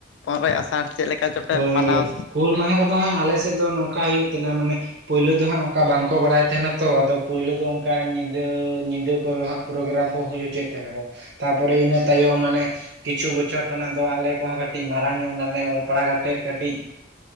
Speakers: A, on the left; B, on the right.
A: ᱯᱚᱱᱮᱨᱚᱭ ᱟᱥᱟᱲ ᱪᱮᱫ ᱞᱮᱠᱟ ᱪᱚᱯᱮ
B: ᱦᱳᱭ
A: ᱢᱟᱱᱟᱣ
B: ᱦᱩᱞ ᱢᱟᱦᱟ ᱠᱚᱫᱚ ᱦᱟᱸᱜ ᱟᱞᱮ ᱥᱮᱫ ᱫᱚ ᱱᱚᱝᱠᱟ ᱚᱱᱠᱟ ᱦᱩᱭᱩᱜ ᱛᱟᱦᱮᱱᱟ ᱢᱟᱱᱮ ᱯᱳᱭᱞᱳ ᱫᱚᱦᱟᱸᱜ ᱚᱱᱠᱟ ᱵᱟᱝᱠᱚ ᱵᱟᱲᱟᱭ ᱛᱟᱦᱮᱱᱟ ᱛᱚ, ᱟᱫᱚ ᱯᱩᱭᱞᱳ ᱫᱚ ᱚᱱᱠᱟ ᱧᱤᱫᱟᱹ ᱧᱤᱫᱟᱹ ᱠᱚᱨᱮ ᱦᱟᱸᱜ ᱯᱨᱳᱜᱨᱟᱢ ᱠᱚ ᱦᱩᱭ ᱦᱚᱪᱚᱭᱮᱫ ᱛᱟᱦᱮᱱᱟᱠᱚ। ᱛᱟᱯᱚᱨᱮ ᱤᱱᱟᱹ ᱛᱟᱭᱚᱢ ᱢᱟᱱᱮ ᱠᱤᱪᱷᱩ ᱵᱚᱪᱚᱨ ᱠᱷᱚᱱᱟᱜ ᱫᱚ ᱟᱞᱮ ᱠᱚᱦᱚᱸ ᱠᱟᱹᱴᱤᱡ ᱢᱟᱨ ᱢᱟᱨᱟᱝ ᱧᱚ ᱱᱟᱞᱮ ᱚᱞ ᱯᱟᱲᱦᱟᱣ ᱠᱟᱛᱮ ᱠᱟᱹᱴᱤᱡ